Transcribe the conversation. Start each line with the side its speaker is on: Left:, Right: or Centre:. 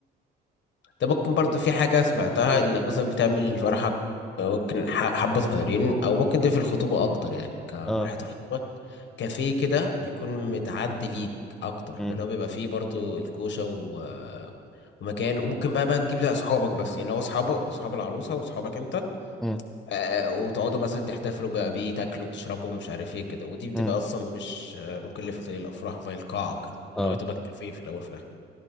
Left: ده ممكن برضو في حاجة سمعتها انك مثلا بتعمل فرحك ممكن ح- حبة صغيرين او ممكن ده في الخطوبة اكتر يعني كفرحة
Centre: اه
Left: الخطوبة كافيه كده بيكون متعدي ليك اكتر
Centre: امم
Left: اللي هو بيبقى فيه برضو الكوشة و... ومكان وممكن بقى بقى تجيب بقى اصحابك بس يعني هو اصحابك اصحاب العروسة واصحابك انت
Centre: امم
Left: آه وتقعدوا مثلا تحتفلوا بقى بيه تاكلوا تشربوا مش عارف ايه كده ودي بتبقى
Centre: امم
Left: اصلا مش آه، مكلفة زي الافراح زي القاعة وكده
Centre: اه
Left: اللي هو تبقى كافيه في الاول في الاخر